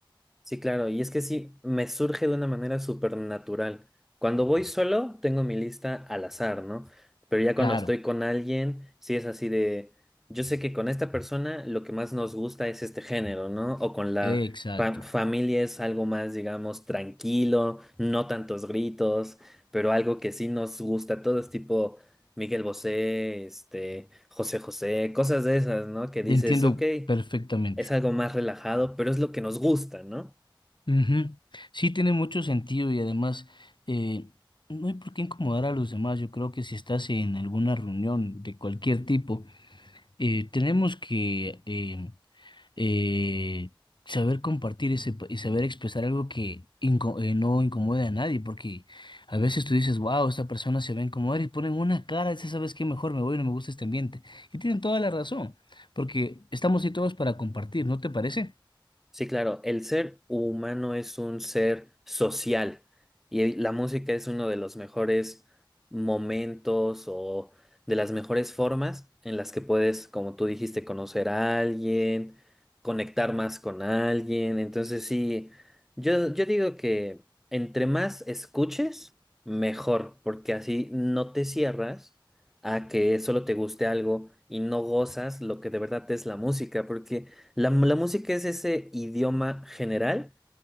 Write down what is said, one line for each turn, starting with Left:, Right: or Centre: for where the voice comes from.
Centre: Sí, claro, y es que sí, me surge de una manera súper natural. Cuando voy solo, tengo mi lista al azar, ¿no? Pero ya
Left: Claro,
Centre: cuando estoy con alguien, sí es así de, yo sé que con esta persona lo que más nos gusta es este género, ¿no? O con la
Left: exacto.
Centre: fa- familia es algo más, digamos, tranquilo, no tantos gritos, pero algo que sí nos gusta, todo es tipo Miguel Bosé, este, José José, cosas de esas, ¿no? Que dices,
Left: Entiendo
Centre: ok,
Left: perfectamente.
Centre: es algo más relajado, pero es lo que nos gusta, ¿no?
Left: Ujú. Sí, tiene mucho sentido y además eh, no hay por qué incomodar a los demás. Yo creo que si estás en alguna reunión de cualquier tipo, eh, tenemos que eh, eh, saber compartir ese pa- y saber expresar algo que inco- eh, no incomode a nadie, porque a veces tú dices, wow, esta persona se ve a incomodar y ponen una cara, dice, ¿sabes qué? Mejor me voy, no me gusta este ambiente. Y tienen toda la razón, porque estamos ahí todos para compartir, ¿no te parece?
Centre: Sí, claro, el ser humano es un ser social y la música es uno de los mejores momentos o de las mejores formas en las que puedes, como tú dijiste, conocer a alguien, conectar más con alguien. Entonces, sí, yo, yo digo que entre más escuches, mejor, porque así no te cierras a que solo te guste algo y no gozas lo que de verdad es la música, porque... La, la música es ese idioma general